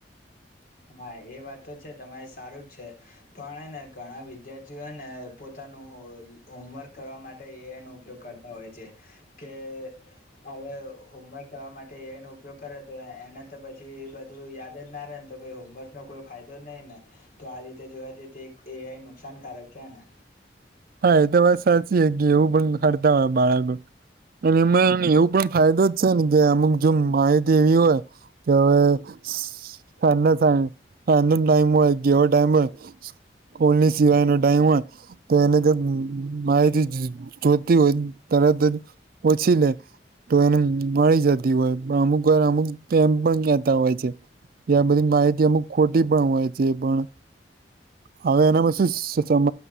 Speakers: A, on the left; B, on the right.
A: હા એ વાત તો છે તમારી સારું જ છે. પણ હેને ઘણા વિદ્યાર્થીઓ હેને પોતાનું હો હોમવર્ક કરવા મા ટે એઆઈ નો ઉપયોગ કરતા હોય છે કે હવે હોમવર્ક કરવા માટે એઆઈ નો ઉપયોગ કરે તો એને તો પછી બધું યાદ જ ના રેન. તો પહી હોમવર્કનો કોઈ ફાયદો જ નહીં ને તો આ રીતે જોવા જઈએ તો એક એઆઈ નુકસાનકારક છે ને.
B: હા એ તો વાત સાચી કે એવું પણ કરતા હોય બાળકો અને એમાં એવું પણ ફાયદો જ છે ને કે અમુક જો માહિતી એવી હોય કે સ ટાઈમ હોય જેવ ટાઈમ હોય કોલની સિવાય નો ટાઈમ હોય તો એને માહિતી જોતી હોય તરત જ ઓછી લે તો એને મળી જતી હોય પણ અમુક વાર અમુક એમ પણ કેતા હોય છે ત આ બધી માહિતી અમુક ખોટી પણ હોય છે એ પણ હવે એનામાં શું સમજ